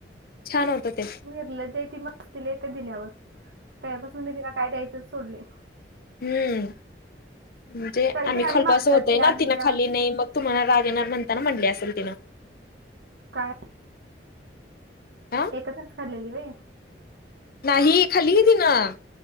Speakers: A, on the left (about 55°); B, on the right (about 80°).
A: छान होतं ते
B: निर्लज आहे ती. मस्तीला येते. दिल्यावर त्यापासून मी तिला काय द्यायचंच सोडले.
A: हम्म, म्हणजे
B: तरी
A: आम्ही
B: पण आणि
A: खालो
B: मागतात
A: असं होतय
B: हे
A: नां?
B: आणून
A: ती ना
B: द्या
A: खाली नाही मग. तुम्हाला राग येणार, म्हणताना म्हटले असेल तिनं.
B: काय
A: हा
B: एकच घास खाललेली व्हयं.
A: नाही, खाल्ली की तिनं,